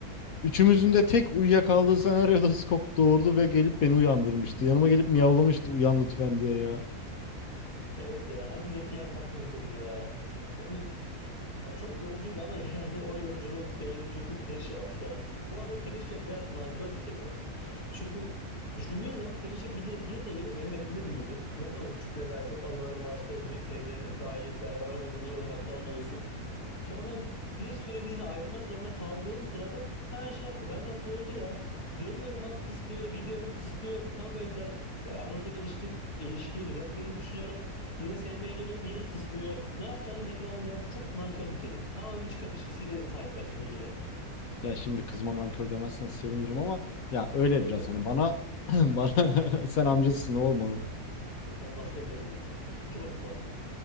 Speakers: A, on the left (about 65°); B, on the left (about 80°).
A: Üçümüzün de tek uyuyakaldığı senaryoda <laughs> Skop doğurdu ve gelip beni uyandırmıştı. Yanıma gelip miyavlamıştı uyan lütfen diye ya.
B: Evet ya hem zeki hem tatlı bir kızdı ya. O gün yani çok yorucuydu ama <laughs> yani o yoruculuk değdi çünkü Felicia var şu an. Bu arada Felicia biraz nankör bir kedi. Çünkü düşündüğün zaman Felicia bir, ne- bir nevi de benim elimde büyüdü. Ben de onu küçüklüğüne dair çok anılarım var. Sevme, sevme dair beraber oynadığımız oyunlar falan olsun. Sonra bir süreliğine ayrılmak zorunda kaldığım sırada hemen şey yaptı. Benden soğudu ya. Geliyorum bana tıslıyor, gidiyorum tıslıyor. Tam böyle düzelttik. Aramızdaki ilişki, ilişkiyi düzelttiğimizi düşünüyorum. Yine sevmeye geliyorum, yine tıslıyor. Ne yapacağını belli olmayan çok nankör bir kedi. Tamamen çıkar ilişkisiyle sahip benimle ilgili.
A: Ya şimdi kızma nankör demezsen sevinirim ama ya öyle
B: Benim
A: biraz
B: de kızım
A: hani bana
B: o.
A: <clears throat> bana <laughs> sen amcasısın olma.
B: Olmaz benim de kızım. İki babası var onun.